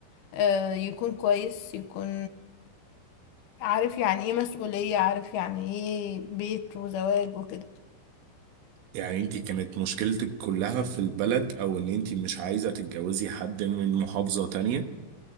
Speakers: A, on the left; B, on the right.
A: آه، يكون كويس يكون عارف يعني ايه مسؤولية عارف يعني ايه بيت وزواج وكده
B: يعني انتي كانت مشكلتك كلها في البلد او ان انتي مش عايزه تتجوزي حد من محافظه تانية